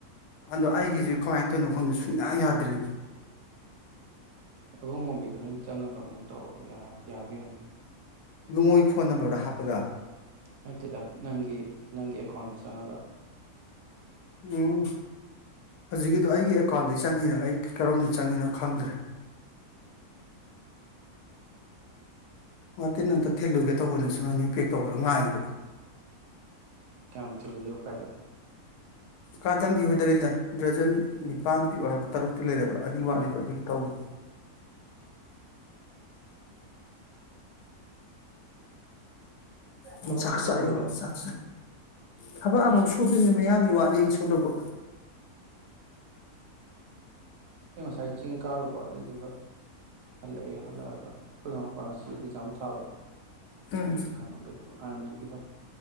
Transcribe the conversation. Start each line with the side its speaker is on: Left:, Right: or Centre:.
Left: ꯑꯗꯣ ꯑꯩꯒꯤꯖꯦ ꯀꯃꯥꯏꯅ ꯇꯧꯅꯣ ꯈꯪꯗꯦ ꯁꯨꯡꯌꯥ ꯌꯥꯗ꯭ꯔꯤꯅꯤ
Right: ꯑꯕꯨꯡꯉꯣꯒꯤꯗꯣ ꯍꯣꯔꯦꯟ ꯆꯪꯉꯒ ꯑꯃꯨꯛ ꯇꯧꯔꯛꯑꯣ ꯌꯥ ꯌꯥꯕ꯭ꯔꯥ ꯌꯦꯡꯁꯦ
Left: ꯏꯕꯨꯡꯉꯣꯒꯤ ꯐꯣꯟ ꯅꯝꯕꯔꯗꯣ ꯍꯥꯞꯄꯒ
Right: ꯅꯠꯇꯦꯗ ꯅꯪꯒꯤ ꯅꯪꯒꯤ ꯑꯦꯀꯥꯎꯟꯗꯣ ꯆꯪꯉꯒ
Left: ꯎꯝ ꯍꯧꯖꯤꯛꯀꯤꯗꯣ ꯑꯩꯒꯤ ꯑꯦꯀꯥꯎꯟꯗꯩ ꯆꯪꯉꯤꯔ ꯑꯩ ꯀꯔꯣꯝꯗꯩ ꯆꯪꯉꯤꯅꯣ ꯈꯪꯗ꯭ꯔꯦ ꯋꯥꯇꯤꯟ ꯑꯝꯇ ꯊꯤꯜꯂꯨꯒꯦ ꯇꯧꯕꯅꯦ ꯁꯣꯝꯗ ꯃꯤ ꯄꯦꯛ ꯇꯧꯕꯗꯣ ꯉꯥꯏꯔꯤꯕ
Right: ꯀꯌꯥꯝ ꯊꯤꯜꯂꯨꯗꯣꯏꯕ ꯀꯥꯏꯗ
Left: ꯀꯥꯗꯟꯗꯤ ꯍꯣꯏꯗꯅꯤꯗ ꯗ꯭ꯔꯖꯟ ꯅꯤꯄꯥꯟ ꯄꯤꯔꯛꯑꯣ ꯍꯥꯏꯕ ꯇꯔꯨꯛꯇꯤ ꯂꯩꯔꯕ ꯑꯅꯤ ꯋꯥꯠꯂꯤꯕ ꯑꯗꯨꯒꯤ ꯇꯧꯔꯤ ꯑꯣꯝꯆꯥꯛ
Right: ꯊꯕꯛ ꯁꯨꯕ
Left: ꯆꯥꯛꯏ
Right: ꯂꯣꯏꯈ꯭ꯔꯕꯣ
Left: ꯑꯣꯝꯆꯥꯛ ꯊꯕꯛ ꯑꯃꯨꯛ ꯁꯨꯗꯣꯏꯅꯦ ꯃꯌꯥꯡꯒꯤ ꯋꯥꯠꯂꯤ ꯑꯩꯅ ꯁꯨꯗꯧꯕ
Right: ꯑꯩ ꯉꯁꯥꯏ ꯆꯤꯡ ꯀꯥꯔꯨꯕ ꯑꯗꯨꯗꯨꯒ ꯍꯜꯂꯛꯑꯦ ꯍꯜꯂꯛꯑꯒ ꯑꯩꯈꯣꯏ ꯏꯅꯥꯎꯄꯥ ꯉꯁꯤ ꯑꯦꯛꯖꯥꯝ ꯊꯥꯕ
Left: ꯎꯝ
Right: ꯃꯣꯏꯒꯤ ꯀꯃꯥ ꯀꯩꯅꯣ ꯑꯔꯃꯤꯒꯤꯗꯣ